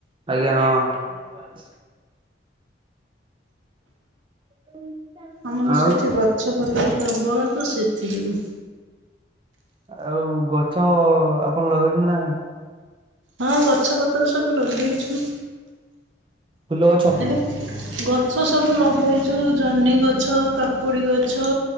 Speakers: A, on the right; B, on the right.
A: ଆଜ୍ଞା ହଁ। <unintelligible>
B: ଆମର
A: ଆଉ
B: ସେଠି ଗଛପତ୍ର ପ୍ରବଳ ତ ସେଥି ଯୋଗୁ।
A: ଆଉ ଗଛ ଆପଣ ଲଗେଇଛନ୍ତି ନା ନାଇଁ?
B: ହଁ ଗଛ ପତ୍ର ସବୁ ଲଗେଇଛୁ।
A: ଫୁଲ ଗଛ।
B: ଏବେ ଗଛ ସବୁ ଲଗେଇଛୁ ଜହ୍ନି ଗଛ, କାକୁଡି ଗଛ।